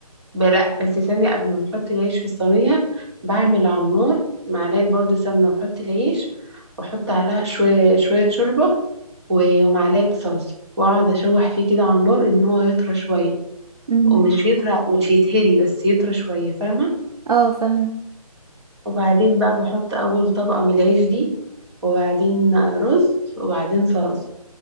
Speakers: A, on the right; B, on the right.
A: ب- لا بس ثانية قبل ما بحط العيش في الصينية بعمل على النار معلقة برضو سمنة وأحط العيش وأحط عليها شوية شوية شوربة و- ومعلقة صلصة وأقعد أشوح فيه كده على النار إن هو يطرى شوية
B: مم.
A: ومش يطرى مش يتهري بس يطرى شوية فاهمة
B: اه فاهم
A: وبعدين بقى بحط أول طبقة من العيش دي وبعدين رز وبعدين صلصة